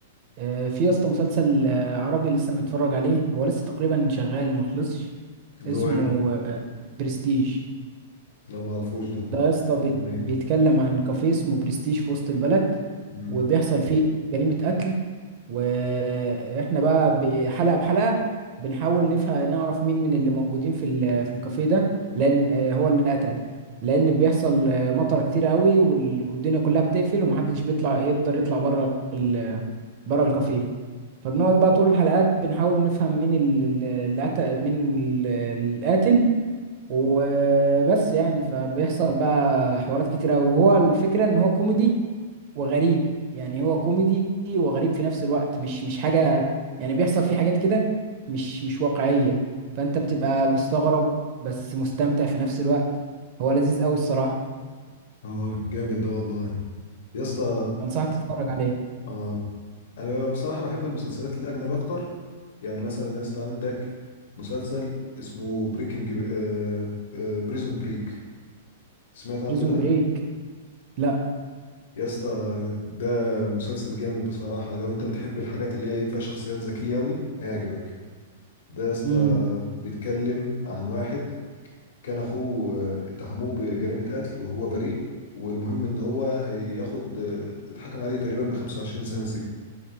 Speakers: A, on the right; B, on the left.
A: آه، في يا اسطى مسلسل آه، عربي لسه متفرج عليه هو لسه تقريبا شغال مخلصش
B: اللي
A: اسمه
B: هو ايه ده
A: آه، برستيج
B: لا ما اعرفوش ده
A: ده
B: بيتكلم
A: يا اسطى بيت-
B: عن ايه
A: بيتكلم عن كافيه اسمه برستيج في وسط البلد
B: مم.
A: وبيحصل فيه جريمة قتل واحنا بقى بحلقه بحلقه بنحاول نفهم نعرف مين من اللي موجودين في ال- في الكافيه ده لان آه، هو اللي قتل لان بيحصل آه، مطر كتير قوي وال- والدنيا كلها بتقفل ومحدش بيطلع يقدر يطلع بره ال- بره الكافيه فبنقعد بقى طول الحلقات بنحاول نفهم مين ال- ال- اللي قتل مين ال- القاتل وبس يعني فبيحصل بقى حوارات كتيرة أوي. وهو الفكرة ان هو كوميدي وغريب يعني هو كوميدي وغريب في نفس الوقت مش مش حاجة يعني بيحصل فيه حاجات كده مش مش واقعية فانت بتبقى مستغرب بس مستمتع في نفس الوقت هو لذيذ قوي الصراحة
B: اه جامد ده والله يا اسطى
A: انصحك تتفرج عليه
B: اه انا بصراحه بحب المسلسلات الاجنب اكتر يعني مثلا يا اسطى عندك مسلسل اسمه بريكنج آه آه بريزون بريك سمعت عنه
A: بريزون
B: ده
A: بريك لا
B: يا اسطى ده مسلسل جامد بصراحه لو انت بتحب الحاجات اللي هي فيها شخصيات ذكيه قوي هيعجبك ده يا اسطى
A: امم
B: بيتكلم عن واحد كان اخوه آه، اتهموه بجريمة قتل وهو بريء والمهم ان هو هياخد آه، اتحكم عليه تقريبا ب 25 سنة سجن